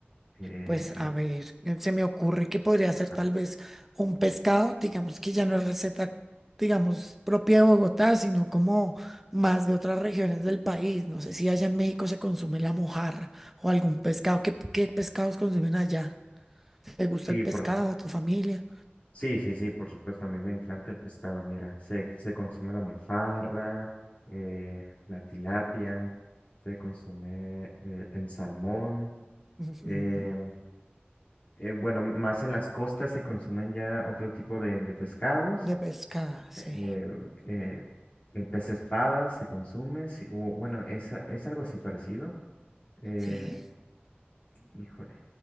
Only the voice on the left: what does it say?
Em,
ajá.
Sí,
por,
sí, sí, sí, por supuesto, a mí me encanta el pescado, mira, se, se consume la mojarra, eh, la tilapia, se consume eh, el salmón,
em, eh, bueno, más en las costas se consumen ya otro tipo de, de pescados,
eh,
eh, el pez espada se consume, sí, o, bueno, es, es algo así parecido, eh,
Híjole.